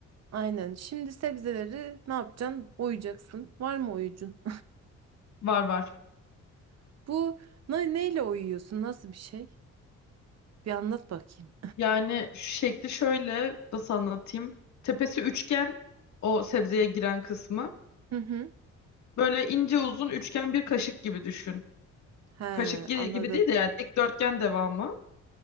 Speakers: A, on the right; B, on the left.
A: Aynen. Şimdi sebzeleri ne yapacaksın? Oyacaksın. Var mı oyucun?
B: Var var.
A: <laughs> Bu ne, neyle oyuyorsun? Nasıl bir şey? Bir anlat bakayım.
B: Yani şekli şöyle nasıl anlatayım? Tepesi üçgen o sebzeye giren kısmı.
A: Hı hı.
B: Böyle ince uzun üçgen bir kaşık gibi düşün.
A: He,
B: Kaşık gibi
A: anladım.
B: gibi değil de yani dikdörtgen devamı.